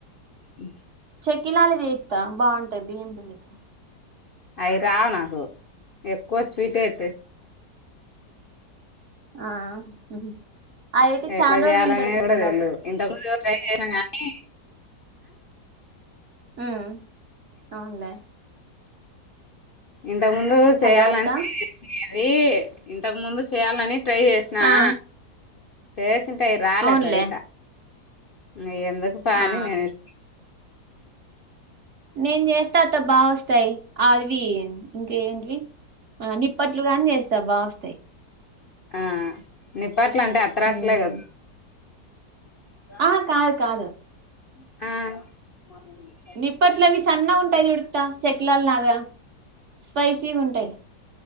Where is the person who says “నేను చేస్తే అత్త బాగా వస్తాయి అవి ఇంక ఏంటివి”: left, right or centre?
Right